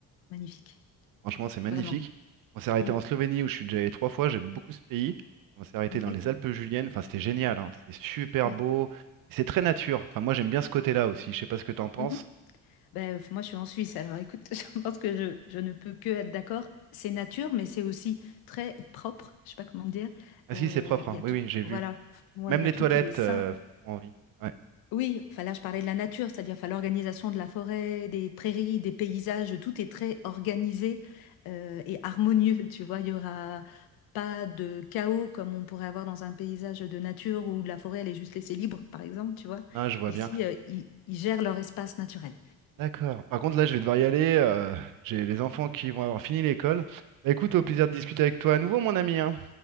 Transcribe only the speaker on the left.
magnifique.
Vraiment.
Hmm.
Ok,
ouais.
Mhm. Ben, f- moi, je suis en Suisse, alors écoute, <laughs> je pense que je, je ne peux que être d'accord. C'est nature, mais c'est aussi très propre. Je sais pas comment dire.
Euh,
Il y a
tout.
Voilà. Ouais,
il y
a tout
qui est sain
Oui, enfin là, je parlais de la nature, c'est-à-dire enfin, l'organisation de la forêt, des prairies, des paysages, tout est très organisé euh, et harmonieux, <laughs> tu vois. Il y aura pas de chaos comme on pourrait avoir dans un paysage de nature où la forêt, elle est juste laissée libre, par exemple, tu vois.
Ici,
euh, ils ils gèrent leur espace naturel.